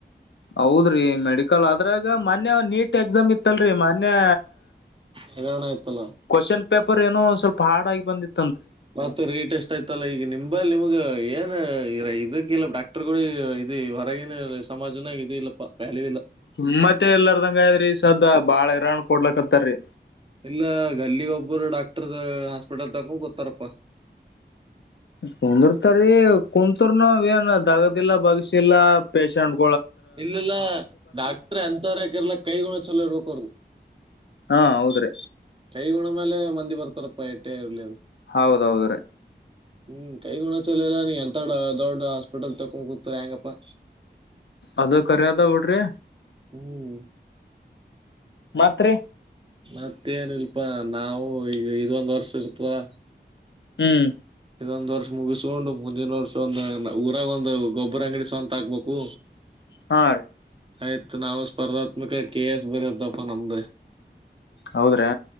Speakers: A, on the left (about 85°); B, on the right (about 30°).
A: ಹೌದ್ರಿ ಮೆಡಿಕಲ್ ಅದ್ರಾಗ ಮನ್ನೆ ನೀಟ್ ನೀಟ್ ಎಕ್ಸಾಮ್ ಇತ್ತ ಅಲ್ರಿ ಮೊನ್ನೆ
B: ಹಗರಣ ಆಯ್ತಲ್ಲ
A: ಕೊಶ್ಚನ್ ಪೇಪರ ಪೇಪರ ಏನೋ ಸ್ವಲ್ಪ ಹಾಡಾಗಿ ಬಿಂದಿತ್ತು
B: ಮತ್ತ ರೇಟ್ ಎಷ್ಟ ಆಯ್ತಲ್ಲ ಈಗ ನಿಂಬ ನಿಮ್ಗ ಏನ್ ಇದಕ್ಕ ಇಲ್ಲ ಡಾಕ್ಟರ್ ಗಳು ಇದ ಹೊರಗಿನ ಸಮಾಜನಾಗ ಇದು ಇಲ್ಲಪ್ಪಾ ವ್ಯಾಲ್ಯೂ ಇಲ್ಲ
A: ಕಿಮ್ಮತ್ತ ಎಲ್ಲಾರ್ದಂಗಯ್ರಿ ಸದ್ದ ಬಾಳ ಹರಾಣ ಕೊಡ್ಲಕ್ತ್ತರಿ
B: ಇಲ್ಲ ಗಲ್ಲಿಗೆ ಒಬ್ಬರು ಡಾಕ್ಟರ್ ಹಾಸ್ಪಿಟಲ್ ತಕೊಂಡ ಗೊತ್ತಾರಪ್ಪ
A: ಕುಂದರ್ತರಿ ಕುತ್ರ್ನು ಏನ್ ದಗದಿಲ್ಲ ಬಗ್ಸಿಲ್ಲಾ ಪೇಶಂಟ್
B: ಇಲ್ಲಲ್ಲ ಡಾಕ್ಟ್ರ ಎಂತವರ ಹಕಿರ್ಲ್ಕ ಕೈ ಗುಣ ಚಲೋ ಇರ್ಬೇಕ ಹೊರ್ದು
A: ಹಾ ಹೌದ್ರಿ
B: ಕೈ ಗುಣ ಮೇಲೆ ಮಂದಿ ಬರ್ ಹಪಾಯ ಇಟ್ಟೇ ಇರಲಿದು
A: ಹೌದು ಹೌದ್ರೀ
B: ಹ್ಮ್ ಕೈ ಗುಣ ಚಲ ಇಲ್ಲ ನೀ ಎಂತ ದೊಡ್ಡ ಹಾಸ್ಪಿಟಲ್ ತಕ್ಕೊಂಡ್ ಕೂತರ ಹೆಂಗಪ್ಪಾ
A: ಅದು ಕರೆಯದ ಬಿಡ್ರಿ
B: ಹ್ಮ್
A: ಮತ್ತ ರೀ
B: ಮತ್ತೇನಿಲ್ಪಾ ನಾವು ಈಗ ಇದೊಂದ್ ವರ್ಷ ಇರ್ತವಾ
A: ಹ್ಮ್
B: ಇದೊಂದ್ ವರ್ಷ ಮುಗಿಸಕೊಂಡು ಮುಂದಿನ ವರ್ಷ ಒಂದ್ ಊರಾಗ ಒಂದ್ ಗೊಬ್ಬರ ಅಂಗಡಿ ಸ್ವಂತ ಹಾಕ್ಬೇಕು
A: ಹಾ
B: ಆಯ್ತು ನಾವು ಸ್ಪರ್ಧಾತ್ಮಕ ಕೆ ಎಸ್ ಬರತ್ತಪ್ಪ ನಮ್ದ
A: ಹೌದ್ರಾ